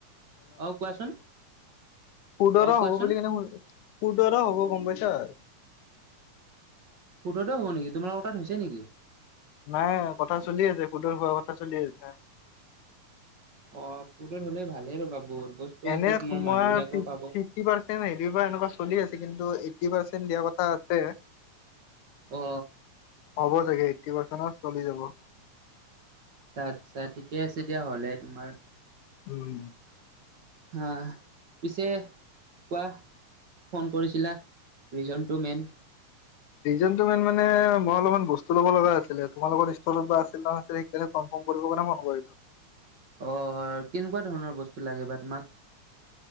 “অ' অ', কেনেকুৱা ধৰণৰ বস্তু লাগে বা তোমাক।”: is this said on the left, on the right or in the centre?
Right